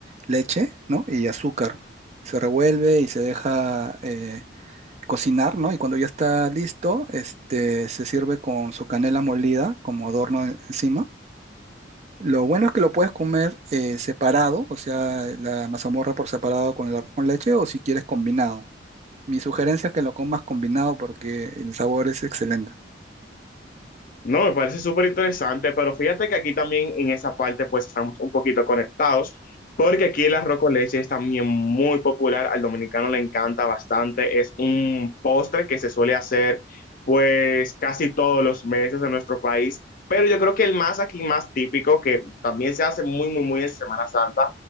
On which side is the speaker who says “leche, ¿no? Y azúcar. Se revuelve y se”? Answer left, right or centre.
Right